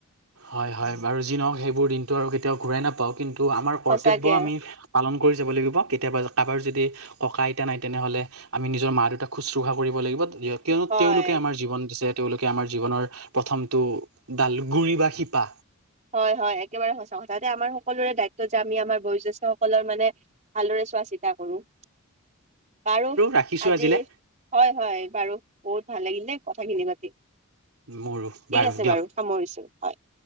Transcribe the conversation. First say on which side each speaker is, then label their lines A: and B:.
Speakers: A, on the right; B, on the right.
A: হয়-হয়, বাৰু যি নহওঁক সেইবোৰ দিনটো আৰু কেতিয়াওঁ ঘূৰাই নাপাওঁ কিন্তু আমাৰ কৰ্তব্য
B: সঁচাকে
A: আমি পালন কৰি যাব লাগিব। কেতিয়াবা কাৰোবাৰ যদি ককা আইতা নাই তেনেহ'লে আমি নিজৰ মা দেউতাক শুশ্ৰূষা কৰিব লাগিব। দিয় কিয়নো
B: হয়।
A: তেওঁলোকে আমাৰ জীৱন দিছে তেওঁলোকে আমাৰ জীৱনৰ প্ৰথমটো ডালু গুৰি বা শিপা।
B: হয়-হয়, একেবাৰে সঁচা কথা, এতিয়া আমাৰ সকলোৰে দায়িত্ব যে আমি আমাৰ বয়োজ্যেষ্ঠ সকলৰ মানে ভালদৰে চোৱা চিতা কৰোঁ। বাৰু
A: ৰাখিছোঁ
B: আজি
A: আজিলে
B: হয়-হয়, বাৰু বহুত ভাল লাগিল দে। কথাখিনি পাতি। ঠিক
A: মোৰো
B: আছে
A: দিয়ক
B: বাৰু সামৰিছোঁ, হয়।